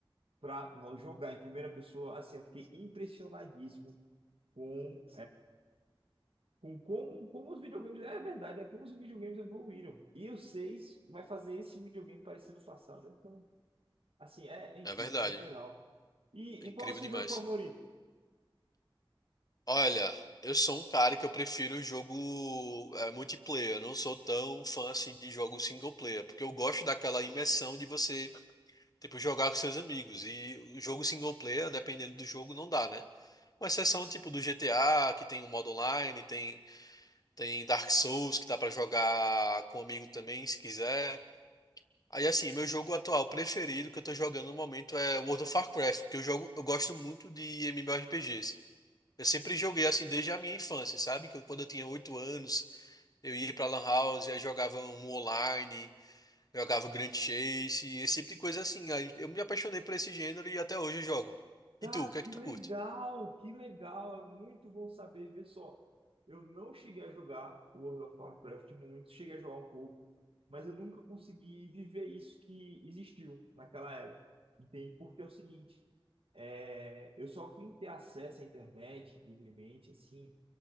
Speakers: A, on the right (about 85°); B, on the left (about 45°).
A: pra nós jogar em primeira pessoa, assim, eu fiquei impressionadíssimo. Com com como, como os videogames. É verdade, é como os videogames evoluíram. E o 6 vai fazer esse videogame parecer no passado. Então, assim, é, é incrível,
B: É verdade,
A: fenomenal.
B: viu?
A: E,
B: É
A: e
B: incrível
A: qual é o seu
B: demais.
A: jogo favorito?
B: Olha, eu sou um cara que eu prefiro o jogo é, multiplayer, eu não sou tão fã assim de jogo single player, porque eu gosto daquela imersão de você, tipo, jogar com seus amigos. E o jogo single player, dependendo do jogo, não dá, né? Com exceção, tipo, do GTA, que tem o modo online, tem Tem Dark Souls que dá pra jogar com um amigo também, se quiser. Aí assim, meu jogo atual preferido que eu tô jogando no momento é World of Warcraft, porque eu jogo, eu gosto muito de MMORPGs. Eu sempre joguei assim desde a minha infância, sabe? Que eu- quando eu tinha 8 anos, eu ia pra Lan House, aí jogava um online, jogava Grand Chase, esse tipo de coisa assim. Aí eu me apaixonei por esse gênero e até hoje eu jogo.
A: Cara,
B: E tu, o que
A: que
B: é que tu
A: legal,
B: curte?
A: que legal, é muito bom saber. Vê só, eu não cheguei a jogar World of Warcraft muito, cheguei a jogar um pouco, mas eu nunca consegui viver isso que existiu naquela época. Entende? Porque é o seguinte, é, eu só vim ter acesso à internet livremente, assim.